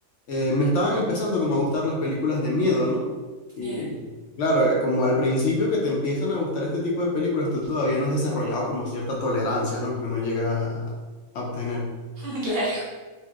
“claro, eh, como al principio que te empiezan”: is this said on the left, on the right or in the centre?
Left